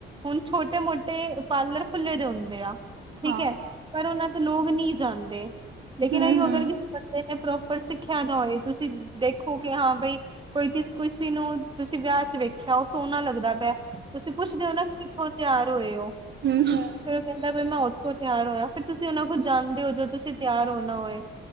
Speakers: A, on the right; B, on the right.
A: ਹੁਣ ਛੋਟੇ ਮੋਟੇ, ਪਾਰਲਰ ਖੁੱਲ੍ਹੇ ਦੇ, ਹੁੰਦੇ ਆ ਠੀਕ
B: ਹਾਂ-ਹਾਂ।
A: ਹੈ, ਪਰ ਉਹਨਾਂ ਤੇ, ਲੋਕ ਨਹੀਂ ਜਾਂਦੇ ਲੇਕਿਨ
B: ਹੂੰ-ਹੂੰ।
A: ਇਹੀ ਔ ਅਗਰ ਕਿਸੇ ਬੰਦੇ ਨੇ, ਪ੍ਰੋਪਰ ਸਿੱਖਿਆ ਦਾ ਹੋਏ, ਤੁਸੀਂ ਦੇਖੋ ਕਿ ਹਾਂ ਬਾਈ ਕੋਈ ਕਿਸ ਕਿਸੇ ਨੂੰ ਤੁਸੀਂ ਵਿਆਹ ਚ ਵੇਖਿਆ, ਉਹ ਸੋਹਣਾ ਲੱਗਦਾ ਪਿਆ, ਤੁਸੀਂ ਪੁੱਛਦੇ ਹੋ ਨਾ ਕਿੱਥੋਂ, ਤਿਆਰ ਹੋਏ ਹੋ?
B: ਹਮ -ਹਮ।
A: ਫੇਰ ਉਹ ਕਹਿੰਦਾ, ਬੀ ਮੈਂ ਉੱਥੋਂ ਤਿਆਰ ਹੋਇਆ, ਫਿਰ ਤੁਸੀਂ ਉਹਨਾਂ ਕੋਲ ਜਾਂਦੇ ਹੋ, ਜਦੋਂ ਤੁਸੀਂ ਤਿਆਰ ਹੋਣਾ ਹੋਏ।